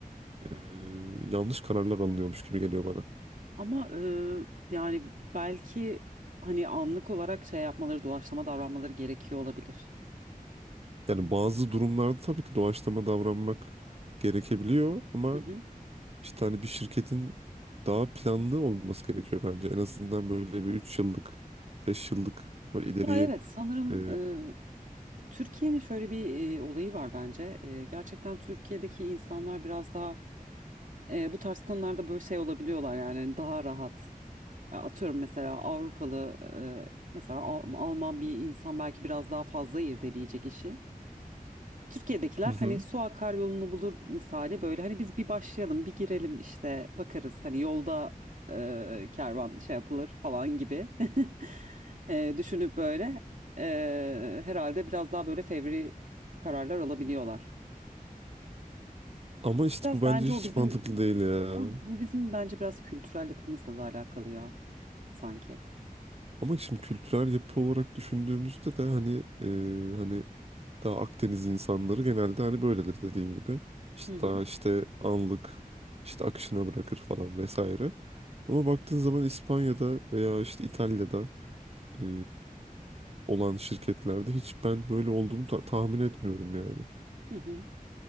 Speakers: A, on the right; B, on the right.
A: e, yanlış kararlar alınıyormuş gibi geliyor bana.
B: Ama eee, yani belki hani anlık olarak şey yapmaları, doğaçlama davranmaları gerekiyor olabilir.
A: Yani
B: Hmm.
A: bazı durumlarda tabii ki doğaçlama davranmak gerekebiliyor ama
B: Hı hı.
A: işte hani bir şirketin daha planlı olması gerekiyor bence. En azından böyle bir 3 yıllık, 5 yıllık böyle ileriye
B: Ya evet sanırım
A: e,
B: e, Türkiye'nin şöyle bir e, olayı var bence. E, gerçekten Türkiye'deki insanlar biraz daha e, bu tarz konularda böyle şey olabiliyorlar yani hani daha rahat. Ya atıyorum mesela Avrupalı e, mesela Al- Alman bir insan belki biraz daha fazla irdeleyecek işi. Türkiye'dekiler
A: hı hı.
B: hani su akar yolunu bulur misali böyle hani biz bir başlayalım bir girelim işte bakarız hani yolda e, kervan şey yapılır falan gibi. <laughs> e, düşünüp böyle e, herhalde biraz daha böyle fevri kararlar alabiliyorlar.
A: Ama işte
B: Biraz
A: bu bence
B: bence
A: hiç
B: o bizim
A: mantıklı değil ya.
B: ama bu bizim bence biraz kültürel yapımızla da alakalı ya sanki.
A: Ama şimdi kültürel yapı olarak düşündüğümüzde de hani e, hani daha Akdeniz insanları genelde hani böyledir dediğin gibi. İşte
B: Hı hı
A: daha işte anlık işte akışına bırakır falan vesaire. Ama baktığın zaman İspanya'da veya işte İtalya'da e, olan şirketlerde hiç ben böyle olduğunu ta- tahmin etmiyorum yani.
B: hı hı.